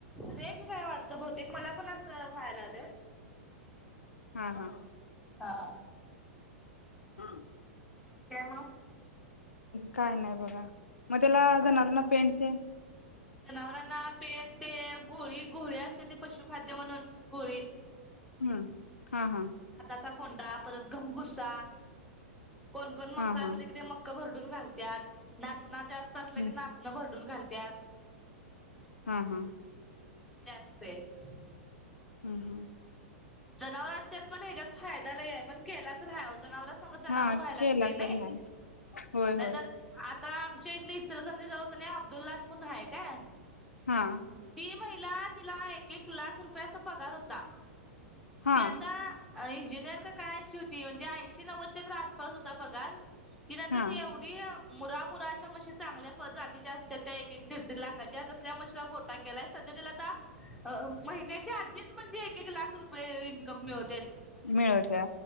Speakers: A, in the centre; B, on the left (about 80°).
A: रेंज काय वाटत बहतेक मला पण अस. वयला आले.
B: हा हा.
A: हा.
B: हम्म
A: आणि काय मग
B: काय नाही बघा मग त्याला
A: हा हा.
B: ज नरना पेंटते
A: जनावरांना पेन ते गोळी गोळी असते ते पशुखाद्य म्हणून गोळी
B: हम्म हा हा
A: चा कोंडा परत गमगुसा कोण कोण
B: हा
A: मक्क
B: हा
A: असले की ते मक्क भर घुन घालत्यात ना जास्त अस की
B: हम्म
A: नाचं भर घुन घालत
B: हा हा
A: ते अस असतच
B: हम्म हम्
A: जनावरांच्यात पण हच्यात फायदा ल आहे पण केला तर ह जना व्हा
B: हा
A: लाग
B: केला
A: नाही
B: तर होय
A: नाही
B: होय
A: आता आमच्या इथले इचलकरंजी जवळ का नाय अब्दुल्लाट म्हण आहे का
B: हा
A: ती महिला तिला एक एक लाख रुपयाचा पगार होता
B: हा
A: ते आता इंजिनिअर का काय अशी होती म्हणजे ऐंशी नव्वदच्या तर आसपास होता पगार तिला आता
B: हा
A: ती एवढी मुरा मुरा अशा मग चांगल्या जातीच्या असत त्या एक दीड दीड लाखाच्या तसल्या मशीला गोटा केलाय सध्या तला आ महिन्याच्या आधीच म्हणे एक एक लाख रुपय आपले इनकम मिळत
B: मिळत्या